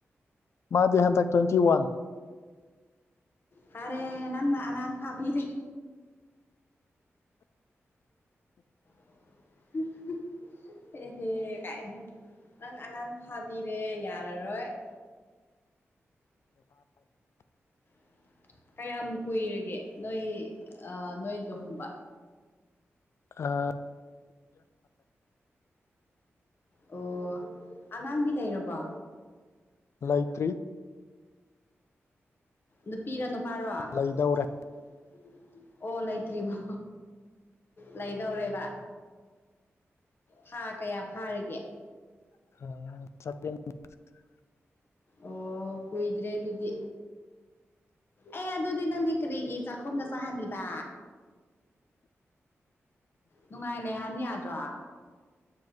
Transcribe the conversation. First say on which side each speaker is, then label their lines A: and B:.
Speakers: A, on the left; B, on the left.
A: ꯃꯥꯗꯤ ꯍꯟꯇꯛ ꯇ꯭ꯋꯦꯟꯇꯤ ꯋꯥꯟ
B: ꯐꯔꯦ ꯅꯪꯅ ꯑꯉꯥꯡ ꯐꯥꯕꯤꯔꯦ <inaudible> ꯍꯦꯍꯦ ꯀꯥꯏ ꯅꯪ ꯑꯉꯥꯡ ꯐꯥꯕꯤꯔꯦ ꯌꯥꯔꯔꯣꯏ <inaudible> <inaudible> ꯀꯌꯥꯝ ꯀꯨꯏꯔꯒꯦ ꯅꯣꯏ ꯅꯣꯏ ꯂꯨꯍꯣꯡꯕ
A: ꯑ <unintelligible>
B: ꯑꯣ ꯑꯉꯥꯡꯗꯤ ꯂꯩꯔꯕꯣ
A: ꯂꯩꯇ꯭ꯔꯤ
B: ꯅꯨꯄꯤꯔ ꯅꯨꯄꯥꯔꯣ ꯑꯣ
A: ꯂꯩꯗꯧꯔꯦ
B: ꯂꯩꯇ꯭ꯔꯤꯕꯣ ꯂꯩꯗꯧꯔꯦꯕ ꯊꯥ ꯀꯌꯥ ꯐꯥꯔꯤꯒꯦ
A: <inaudible>
B: ꯑꯣ ꯀꯨꯏꯗ꯭ꯔꯦ ꯑꯗꯨꯗꯤ ꯑꯦ ꯑꯗꯨꯗꯤ ꯅꯪꯗꯤ ꯀꯔꯤꯒꯤ ꯆꯥꯛꯈꯨꯝꯗ ꯆꯥꯍꯜꯂꯤꯕ ꯅꯨꯡꯉꯥꯏ ꯂꯩꯍꯥꯟ ꯌꯥꯗ꯭ꯔꯣ